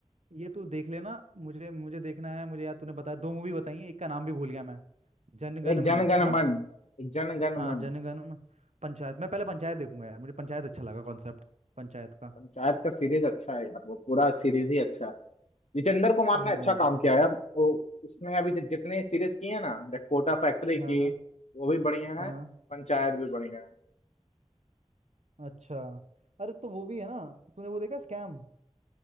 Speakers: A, on the right; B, on the left.
A: ये तू देख लेना मुझे मुझे देखना है मुझे यार तूने बताया दो मूवी बताई है एक का नाम भी भूल गया मैं जनगण
B: एक जनगण
A: मन हाँ
B: मन एक जनगण
A: हाँ
B: मन
A: जनगण पंचायत मैं पहले पंचायत देखूंगा यार मुझे पंचायत अच्छा लगा कॉन्सेप्ट पंचायत का
B: पंचायत का सीरीज अच्छा है यार वो पूरा सीरीज ही अच्छा है जितेंद्र कुमार
A: हाँ
B: ने अच्छा काम किया यार वो उसने अभी जि- जितने सीरीज किए हैं ना द कोटा फैक्ट्री
A: हाँ
B: की
A: हाँ
B: वो भी बढ़िया
A: हाँ
B: है पंचायत भी बढ़िया है
A: अच्छा अरे तो वो भी है ना तूने वो देखा स्कैम